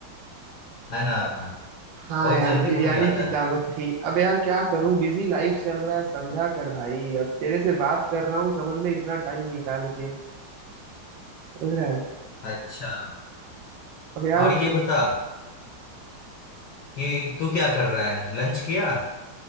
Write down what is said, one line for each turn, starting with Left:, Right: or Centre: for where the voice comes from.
Left: है ना
Right: हाँ
Left: बहुत
Right: यार
Left: जल्दी
Right: बिरयानी
Left: भूल जाता
Right: की
Left: है
Right: दावत थी अब यार क्या करूं बिजी लाइफ चल रहा है समझा कर भाई अब तेरे से बात कर रहा हूँ समझ ले इतना टाइम निकाल के समझ रहा है
Left: अच्छा
Right: अब यार
Left: और ये बता कि तू क्या कर रहा है लंच किया